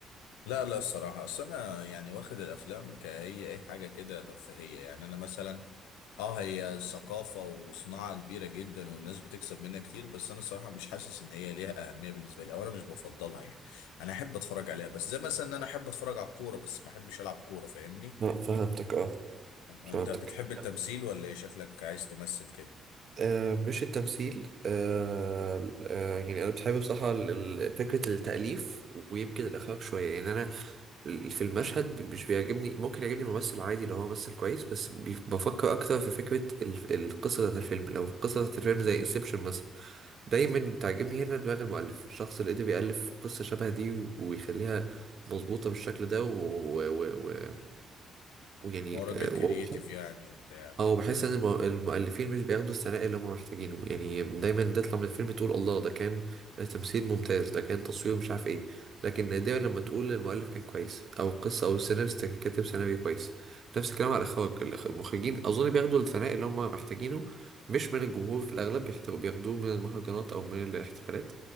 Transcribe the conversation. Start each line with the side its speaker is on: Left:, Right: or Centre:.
Left: لا لا الصراحة أصل أنا يعني واخد الأفلام كهي أي حاجة كده ترفيهية يعني أنا مثلا اه هي ثقافة وصناعة كبيرة جدا والناس بتكسب منها كتير بس أنا الصراحة مش حاسس إن هي ليها أهمية بالنسبة لي أو أنا مش بفضلها يعني أنا أحب أتفرج عليها بس زي مثلا إن أنا أحب أتفرج على الكورة بس ما أحبش ألعب كورة فاهمني
Right: لا فهمتك اه
Left: انت
Right: فهمتك
Left: بتحب التمثيل ولا ايه شكلك عايز تمثل كده
Right: آه، مش التمثيل آه، آه، يعني انا بحب بصراحه ال- ال- فكره التاليف ويمكن الاخراج شويه يعني انا في المشهد بي- مش بيعجبني ممكن يعجبني ممثل عادي لو هو ممثل كويس بس بي- بفكر اكتر في فكره ال- القصه بتاعت الفيلم لو القصه بتاعت الفيلم زي انسبشن مثلا دايما تعجبني هنا دماغ المؤلف الشخص اللي قدر يألف قصه شبه دي و- ويخليها مظبوطه بالشكل ده ويعني و... و... و... و- ويعني،
Left: ما هو راجل
Right: آه،
Left: كرييتيف يعني وبتاع كده
Right: اه بحس
Left: اه
Right: ان المؤ- المؤلفين مش بياخدوا الثناء اللي هم محتاجينه يعني دايما تطلع من الفيلم تقول الله ده كان تمثيل ممتاز ده كان تصوير مش عارف ايه لكن نادرا لما تقول المؤلف كان كويس او القصه او السيناريست كان كاتب سيناريو كويس نفس الكلام على الاخراج الإخ- المخرجين اظن بياخدوا الثناء اللي هم محتاجينه مش من الجمهور في الاغلب بيحتو- بياخدوه من المهرجانات او من الاحتفالات